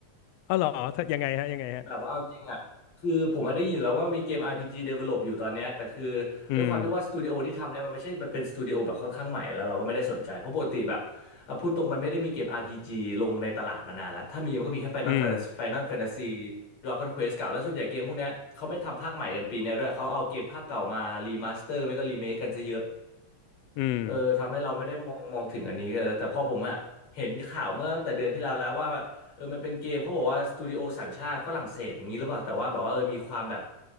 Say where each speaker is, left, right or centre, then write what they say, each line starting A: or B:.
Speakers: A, on the left; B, on the left.
A: เอ้าเหรอถ้ายังไงฮะยังไงฮะ
B: แบบว่าเอาจริงอ่ะคือผมมาได้ยินอยู่แล้วว่ามีเกม RPG develop อยู่ตอนเนี้ยแต่คือ
A: อืม
B: ด้วยความที่ว่าสตูดิโอที่ทำเนี่ยมันไม่ใช่มันเป็นสตูดิโอแบบค่อนข้างใหม่แล้วเราก็ไม่ได้สนใจเพราะปกติแบบอ่ะพูดตรงมันไม่ได้มีเกม RPG ลงในตลาดมานานแล้วถ้ามีมันก็มีแค่ Final
A: อืม
B: Fantasy Final Fantasy Dragon Quest เก่าแล้วส่วนใหญ่เกมพวกเนี้ยเขาไม่ทำภาคใหม่กันปีเนี้ยด้วยเขาเอาเกมภาคเก่ามารีมาสเตอร์ไม่ก็รีเมคกันซะเยอะ
A: อืม
B: เออทำให้เราไม่ได้มองมองถึงอันนี้เออแต่พอผมอะเห็นข่าวเมื่อตั้งแต่เดือนที่แล้วแล้วว่าเออมันเป็นเกมเขาบอกว่าสตูดิโอสัญชาติฝรั่งเศสอย่างนี้หรือเปล่าแต่ว่าแบบว่าเออมีความแบบ